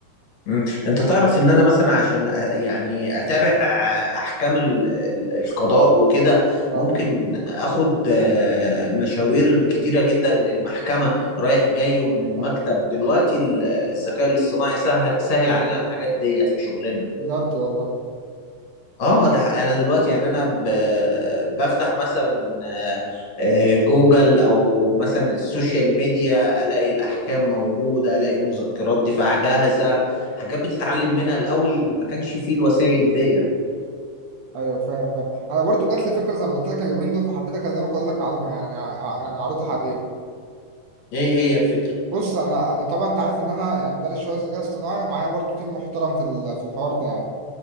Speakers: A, on the left; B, on the right.
A: مم. انت تعرف ان انا مثلا عشان أ- يعني اتابع آه، احكام ال- ال- القضاء وكده
B: أه
A: ممكن اخد آه، مشاوير كتيرة جدا للمحكمة رايح جاي ومن المكتب
B: أه
A: دلوقتي ال- الذكاء الاصطناعي سهل سهل علينا الحاجات ديت في شغلنا
B: بجد والله
A: اه ده حقيقي. انا دلوقتي يعني انا ب... بفتح مثلا آه، آه، جوجل او مثلا السوشيال ميديا الاقي الاحكام موجوده الاقي مذكرات دفاع جاهزه حاجات بتتعلم منها الاول ما كانش فيه الوسائل دي
B: أيوه فاهم فاهم أنا برضو جات لي فكرة زي ما قلت لك اليومين دول فحبيت أكلمك أقول لك عنها يعني ع- يعني عرضها عليك
A: ايه هي الفكره
B: بص أنا أنا طبعا أنت عارف إن أنا يعني دارس شوية ذكاء اصطناعي ومعايا برضو تيم محترم في ال- في الحوار ده يعني